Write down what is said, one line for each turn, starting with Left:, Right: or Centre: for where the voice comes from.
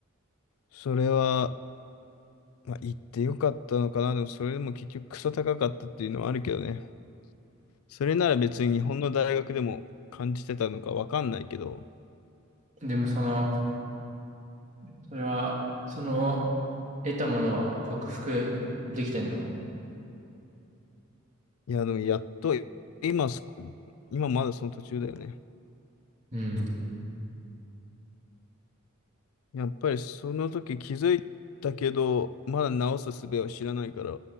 Left: それは、まあ、言ってよかったのかな。でもそれでも結局クソ高かったっていうのはあるけどね。それなら別に日本の大学でも感じてたのかわかんないけど、
Right: でもその、それは、その、得たものは克服できてんの
Left: いや、でもやっと、今そ、今まだその途中だよね。
Right: うん。
Left: やっぱりその時気づいたけど、まだ直す術を知らないから、